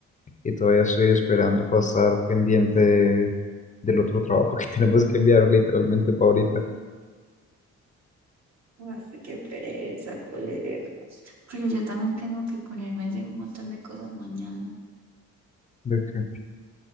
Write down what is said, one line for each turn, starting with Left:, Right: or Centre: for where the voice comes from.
Left: Y todavía estoy esperando para estar pendiente de- del otro trabajo que <laughs> tenemos que enviar literalmente para ahorita.
Right: Ay, qué pereza, colega. Pero yo también tengo que ponerme a hacer un montón de cosas mañana
Left: ¿De qué?